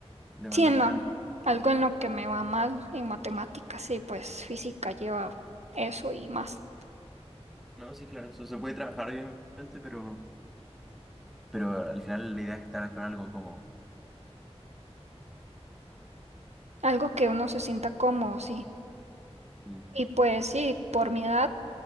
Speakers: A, in the centre; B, on the right.
A: demandante
B: Sí, en lo,
A: en algo.
B: algo en lo que me va mal en matemáticas, sí, pues física lleva eso y más.
A: No, sí, claro, eso se puede trabajar, obviamente, pero, pero al final la idea es estar con algo como...
B: Algo que uno se sienta cómodo, sí.
A: Sí.
B: Y pues sí, por mi edad.